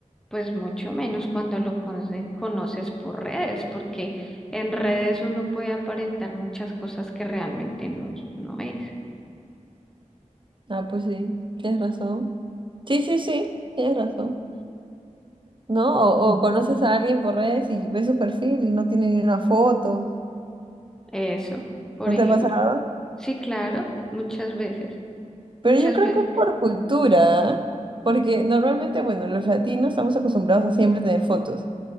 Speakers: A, in the centre; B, on the right.
A: Pues mucho menos cuando lo conce- conoces por redes, porque en redes uno puede aparentar muchas cosas que realmente no, no es.
B: Ah, pues sí, tienes razón. Sí, sí, sí, tienes razón. ¿no? O, o conoces a alguien por redes y ves su perfil y no tiene ni una foto.
A: Eso, por
B: ¿No
A: ejemplo.
B: te ha pasado?
A: Sí, claro, muchas veces,
B: Pero
A: muchas
B: yo creo
A: veces,
B: que es por cultura, ¿ah? porque normalmente, bueno, los latinos estamos acostumbrados a siempre tener fotos,